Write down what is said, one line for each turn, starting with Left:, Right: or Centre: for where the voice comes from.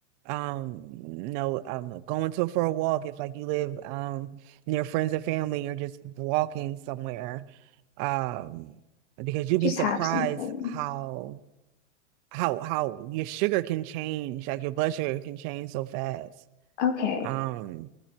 Right: um no um going to for a walk if like you live um near friends and family you're just walking somewhere um because you'd
Left: Just
Right: be surprised
Left: have something.
Right: how how how your sugar can change like your blood sugar can change so fast
Left: Okay.
Right: um